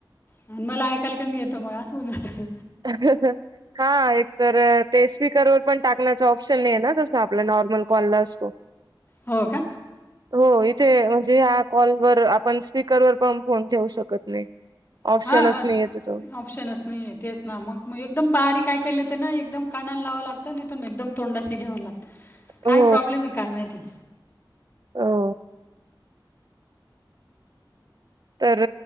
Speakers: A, on the left (about 25°); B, on the right (about 55°).
A: आणि मला ऐकायला कमी येतो मग अस होउन जात.
B: ह ह. हा एक तर ते स्पीकरवर पण टाकण्याच ऑप्शन नाहीये ना जसं आपला नॉर्मल कॉलला असतो.
A: हो का
B: हो. ते म्हणजे या कॉलवर आपण स्पीकरवर पण फोन ठेऊ शकत नाही. ऑप्शनच
A: हा
B: नाहीये तिथं
A: ऑप्शनच नाहीेये तेच ना मग. मग एकदम बारीक ऐकायला येतना एकदम कानाला लावं लागतं नाहीत म एकदम तोंडाशी घ्यावं लागतं.
B: हो
A: काय प्रॉब्लेमे काय माहिती.
B: हो. तर